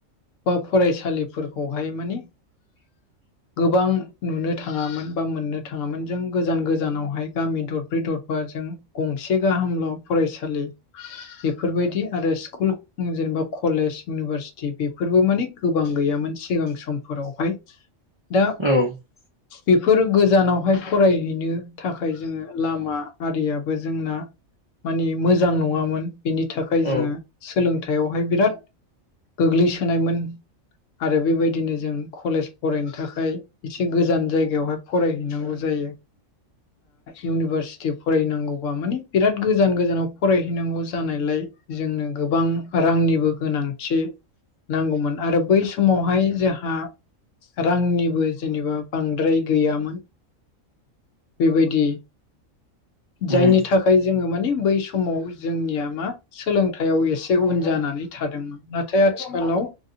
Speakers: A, on the left; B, on the right.
A: बा फरायसालिफोरखौहाय माने
B: <inaudible>
A: गोबां नुनो थाङामोन बा मोननो थाङामोन जों गोजान गोजानावहाय गामि दरब्रै दरबाजों गंसे गाहामल' फरायसालि बेफोरबायदि आरो स्कुल जेनेबा कलेज इउनिभारसिटि बेफोरबो मानि गोबां गैयामोन सिगां समफोरावहाय दा
B: औ
A: बेफोर गोजानावहाय फरायहैनो थाखाय जोङो लामा आरियाबो जोंना मानि मोजां नङामोन बिनि थाखाय
B: औ
A: जोङो सोलोंथायावहाय बिराद गोग्लैसोनायमोन आरो बेबायदिनो जों कलेज फरायनो थाखाय एसे गोजान जायगायावहाय फरायहैनांगौ जायो इउनिभारसिटि फरायनांगौबा मानि बिराद गोजान गोजानाव फरायहैनांगौ जानायलाय जोंनो गोबां रांनिबो गोनांथि नांगौमोन आरो बै समावहाय जोंहा रांनिबो जेनेबा बांद्राय गैयामोन बेबायदि जायनि
B: उम
A: थाखाय जोङो माने बै समाव जोंनिया मा सोलोंथाइयाव एसे उन जानानै थादोंमोन नाथाय आथिखालाव